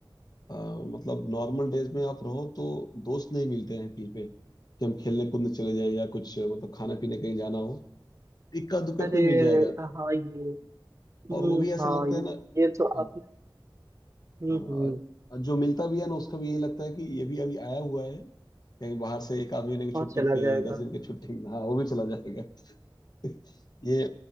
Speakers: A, on the left; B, on the right.
A: अ, मतलब नॉर्मल डेज में आप रहो तो दोस्त नहीं मिलते हैं कहीं पे कि हम खेलने कूदने चले जाएं या कुछ अ, मतलब खाने पीने कहीं जाना हो इक्का दुक्का
B: अरे
A: कोई मिल जाएगा
B: हाँ ये हम्म
A: और वो भी ऐसा
B: हाँ
A: लगता
B: ये,
A: है ना
B: ये तो आपने
A: अ-
B: हम्म
A: हाँ,
B: हम्म
A: अ- जो मिलता भी है ना उसका भी यही लगता है कि ये भी अभी आया हुआ है कहीं बाहर से एक आध महीने की
B: और
A: छुट्टी
B: चला
A: पे
B: जाएगा
A: दस दिन की छुट्टी में हाँ वो भी चला जाएगा <laughs> ये